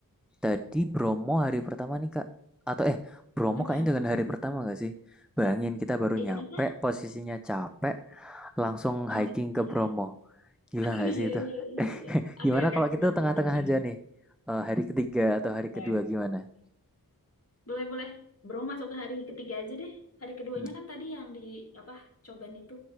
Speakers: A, in the centre; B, on the left (about 40°).
A: Tadi Bromo hari pertama nih Kak, atau eh Bromo
B: Mm-mm.
A: kayaknya dengan hari pertama gak sih? Bayangin kita baru
B: Iya
A: nyampe,
B: kenapa?
A: posisinya capek, langsung
B: Oh
A: hiking
B: iya.
A: ke Bromo. Gila
B: Oh
A: gak
B: iya
A: sih itu?
B: iya iya
A: <laughs>
B: iya. Oke
A: Gimana
B: oke
A: kalau
B: bener
A: kita tengah-tengah
B: bener bener.
A: aja nih? Eh, hari ketiga
B: Boleh
A: atau hari kedua gimana?
B: boleh. boleh. Bro masuk ke hari ketiga aja deh. Hari keduanya
A: Hmm.
B: kan tadi yang di apa cobaan itu.